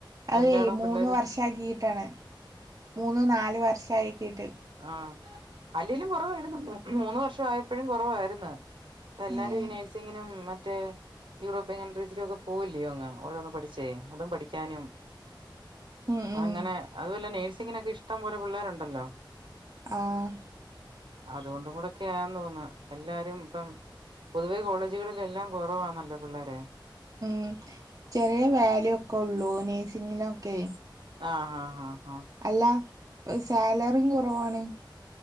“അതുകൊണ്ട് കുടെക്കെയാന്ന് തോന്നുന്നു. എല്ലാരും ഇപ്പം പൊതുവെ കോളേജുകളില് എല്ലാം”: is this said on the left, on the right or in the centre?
Right